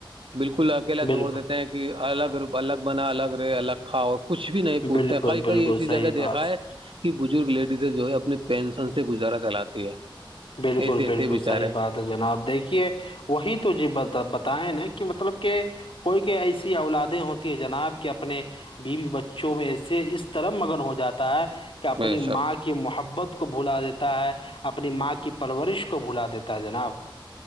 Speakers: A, on the right (about 85°); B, on the left (about 75°).
A: بالکل اکیلا چھوڑ
B: بالکل
A: دیتے ہیں کہ الگ الگ بنا الگ رہے الگ کہو اور کچھ بھی نہیں پوچھتے
B: بالکل
A: کئی
B: بالکل
A: کئی ایسی
B: صحیح
A: جگہ
B: بات
A: دیکھا ہے یہ بزرگ لیڈیز جو ہے اپنی پینشن سے گزارا چلاتی ہے
B: بالکل
A: ایسے ایسے
B: بالکل
A: بچارے
B: صحیح بات جناب دیکھیے وہی تو جی بتائے نا کہ مطلب کہ کوئی کوئی ایسی اولادیں ہوتی ہیں جناب کے اپنے بیوی بچوں میں ای سے اس طرح مگن ہو جاتا ہے کہ اپنی
A: بے شک
B: ماں کی محبت کو بھلا دیتا ہے اپنی ماں کی پرورش کو بھلا دیتا ہے جناب